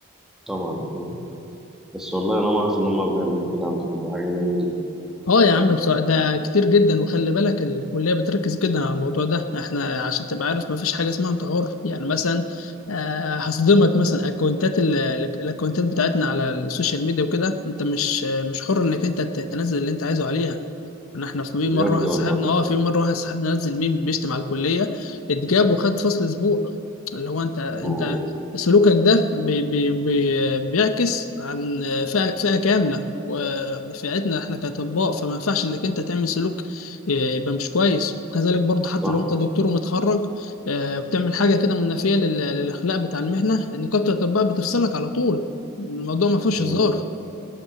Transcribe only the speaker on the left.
اه يا عم بصراحة ده كتير جدا وخلي بالك الكلية بتركز جدا على الموضوع ده احنا عشان تبقى عارف ما فيش حاجة اسمها انت حر يعني مثلا آه، هصدمك مثلا اكونتات ال- الاكونتات بتاعتنا على السوشيال ميديا وكده انت مش مش حر انك انت ت- تنزل اللي انت عايزه عليها انا احنا في
مرة واحد
صاحبنا اه في مرة واحد صاحبنا نزل ميم بيشتم على الكلية اتجاب وخد فصل اسبوع اللي هو انت انت
سلوكك ده بي بي بي بيعكس عن فئة فئة كاملة ونفعتنا احنا كاطباء فما ينفعش انك انت تعمل سلوك آه، يبقى مش كويس وكذلك برضه حتى
لو انت دكتور ومتخرج آه، بتعمل حاجه كده منافيه لل- للاخلاق بتاع المهنه نقابه الاطباء بتفصلك على طول الموضوع ما فيهوش
هزار